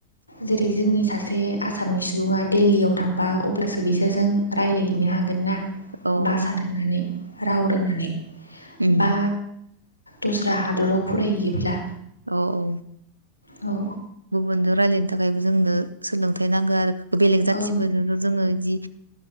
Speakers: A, on the left; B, on the right.
A: जेरै जोंनि सासे आसामनि सुबुङा दिल्लीयाव थांबा अब अब्लासो बिसोरजों
B: उम
A: रायज्लायहैनो हागोन ना
B: अ ओं
A: भासा दोंनानै राव रोंनानै
B: उम,
A: बा दस्रा हादराव फरायहैयोब्ला
B: औ औ
A: औ
B: गुबुनजों रायलायनो थाखायबो जोंनो सोलोंथाइ नांगो आरो बेलेग जाथिफोरजोंथ'
A: औ
B: जोङो बिदि